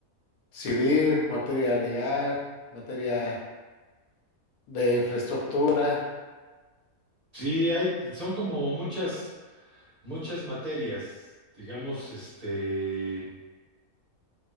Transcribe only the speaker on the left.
civil, materia legal, materia de infraestructura.